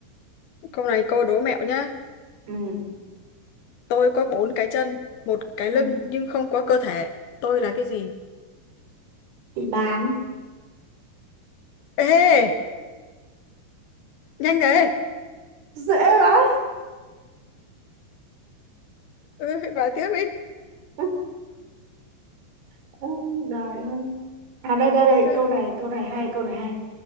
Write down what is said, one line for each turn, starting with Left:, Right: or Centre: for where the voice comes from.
Left: câu này câu đố mẹo nhá.
Right: ừ.
Left: Tôi có bốn cái chân, một cái
Right: ừ.
Left: lưng nhưng không có cơ thể. Tôi là cái gì?
Right: thì bán
Left: Ê, nhanh đấy.
Right: dễ quá
Left: Ừ, vào tiếp đi.
Right: <laughs> Ôi, ơi. À đây đây đây
Left: Chết
Right: câu
Left: rồi.
Right: này câu này hay câu này hay.